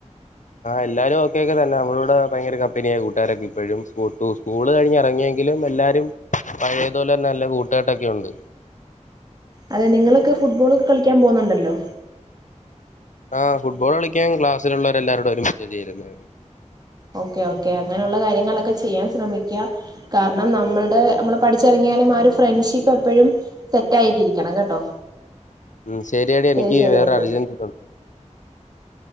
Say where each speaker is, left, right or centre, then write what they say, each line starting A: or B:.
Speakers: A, on the left (about 80°); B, on the right (about 30°).
A: എല്ലാരും ഓക്കെ തന്നെ അവളോട് ഭയങ്കര കമ്പനിയായ കൂട്ടുകാരെക്കെ ഇപ്പഴും സ്‌കൂ സ്‌കൂ സ്കൂള് കഴിഞ്ഞ് ഇറങ്ങിയെങ്കിലും എല്ലാരും പഴയതുപോലെ തന്നെ നല്ല കൂട്ടുകെട്ട് ഒക്കെ ഉണ്ട്
B: അതെ നിങ്ങളൊക്കെ ഫുട്ബോളൊക്കെ കളിക്കാൻ പോന്നുണ്ടല്ലോ
A: ആ ഫുട്ബോൾ കളിക്കാൻ ക്ലാസ്സിലുള്ളവരെല്ലാവരോടും ഒരുമിച്ച് ചേരുന്ന
B: ഓക്കെ ഓക്കേ അങ്ങനെയുള്ള കാര്യങ്ങളൊക്കെ ചെയ്യാൻ ശ്രമിക്കുക കാരണം നമ്മളുടെ നമ്മള് പഠിച്ചിറങ്ങിയാലും ആ ഒരു ഫ്രണ്ട്ഷിപ്പ് എപ്പോഴും സെറ്റ് ആയിട്ടിരിക്കണം കേട്ടോ
A: ഉം ശരിയടി
B: ശരി
A: എനിക്ക്
B: ശരി
A: വേറ
B: ഓക്കെ
A: അർജന്റ്
B: ഓക്കെ
A: തോണ്ട്